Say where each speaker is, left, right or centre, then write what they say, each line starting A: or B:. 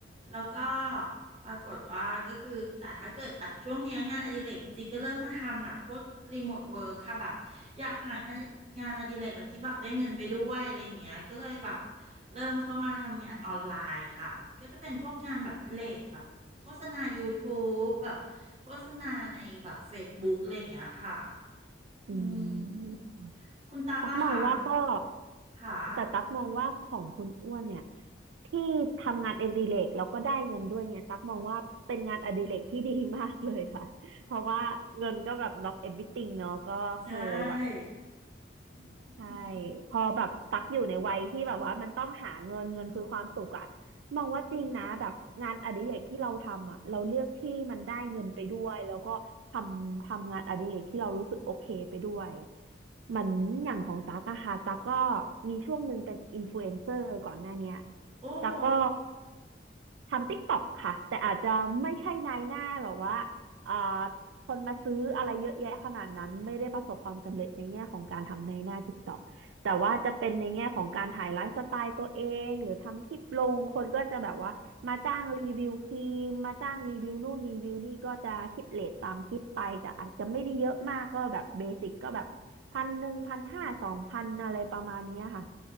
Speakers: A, on the right; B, on the right.
A: แล้วก็ปรากฏว่าก็คือแต่ถ้าเกิดแบบช่วงเนี้ยงานอดิเรกจริงๆก็เริ่มมาทำแบบพวกรีโมทเวิร์คค่ะแบบ อยากหางานงานอดิเรกอะไรที่แบบได้เงินไปด้วยอะไรอย่างเงี้ยก็เลยแบบเริ่มเข้ามาทำงานออนไลน์ค่ะก็จะเป็นพวกงานแบบเลดแบบโฆษณา YouTube แบบโฆษณาในแบบ Facebook อะไรอย่างเงี้ยค่ะ อืม
B: อืม
A: คุณตักล่ะคะ
B: ตักมองว่าก็
A: ค่ะ
B: แต่ตักมองว่าของคุณอ้วนเนี่ยที่ทำงานอดิเรกแล้วก็ได้เงินด้วยเนี่ยตักมองว่าเป็นงานอดิเรกที่ดีมากเลยค่ะเพราะว่าเงินก็แบบ not everything เนาะก็คือแบบ
A: ใช่อื
B: ใช่
A: ม
B: พอแบบตักอยู่ในวัยที่แบบว่ามันต้องหาเงินเงินคือความสุขอะมองว่าจริงนะแบบงานอดิเรกที่เราทำอะเราเลือกที่มันได้เงินไปด้วยแล้วก็ทำทำงานอดิเรกที่เรารู้สึกโอเคไปด้วยเหมือนอย่างของตักอะค่ะตักก็มีช่วงหนึ่งเป็นอินฟลูเอนเซอร์ก่อนหน้าเนี้ย
A: โอ้โห
B: ตักก็ทำติ๊กต็อกค่ะแต่อาจจะไม่ใช่นายหน้าแบบว่าเอ่อ คนมาซื้ออะไรเยอะแยะขนาดนั้นไม่ได้ประสบความสำเร็จในแง่ของการทำในหน้า TikTok แต่ว่าจะเป็นในแง่ของการถ่ายไลฟ์สไตล์ตัวเองหรือทำคลิปลงคนก็จะแบบว่ามาจ้างรีวิวครีมมาจ้างรีวิวนู่นรีวิวนี่ก็จะคิดเรทตามคลิปไปแต่อาจจะไม่ได้เยอะมากก็แบบเบสิกก็แบบพันหนึ่งพันห้าสองพันอะไรประมาณเนี้ยค่ะ